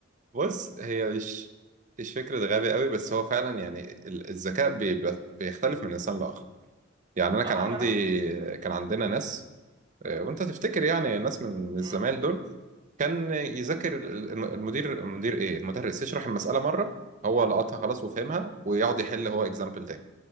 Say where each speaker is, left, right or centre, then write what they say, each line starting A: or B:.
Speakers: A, on the right (about 40°); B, on the right (about 25°).
A: بص هي مش مش فكرة غبي قوي بس هو فعلا يعني ال- الذكاء بيبقى- بيختلف من إنسان لآخر يعني أنا كان
B: اه
A: عندي
B: ما انا عارف
A: كان عندنا ناس آه، وانت تفتكر يعني الناس من
B: امم
A: الزمايل دول كان يذاكر ال- الم- المدير المدير ايه المدرس يشرح المسألة مرة هو لقطها خلاص وفهمها ويقعد يحل هو اكزامبل تاني